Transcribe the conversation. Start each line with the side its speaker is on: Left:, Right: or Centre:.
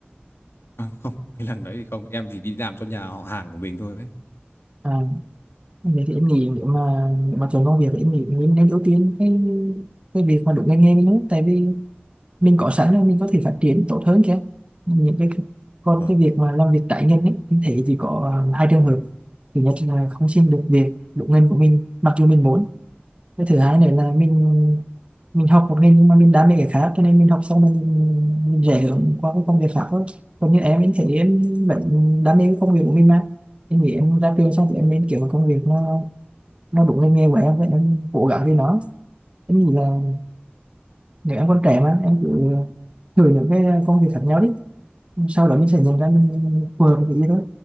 Left: À, không, cái lần đấy thì không, em chỉ đi làm cho nhà họ hàng của mình thôi ấy.
Right: À, Vậy thì em nghĩ nếu mà nếu mà chọn công việc thì em nghĩ mình nên ưu tiên cái cái việc mà đúng ngành nghề với nước tại vì mình có sẵn rồi mình có thể phát triển tốt hơn kìa những cái còn
Left: Vâng,
Right: cái việc mà làm việc trái ngành ấy em thấy chỉ có à, hai trường hợp thứ nhất là không xin được việc đúng ngành của mình mặc dù mình muốn cái thứ hai nữa là mình mình học một ngành nhưng mà mình đam mê cái khác cho nên mình học xong mình mình rẽ hướng qua cái công việc khác thôi còn như em em thấy em vẫn đam mê cái công việc của mình mà em nghĩ em ra trường xong thì em
Left: vâng,
Right: nên kiếm một công việc nó nó đụng lên nghe của em với em cố gắng với nó em nghĩ là nếu em còn trẻ mà em cứ thử những cái công việc khác nhau đi sau đó mình sẽ nhận ra mình phù hợp với cái gì thôi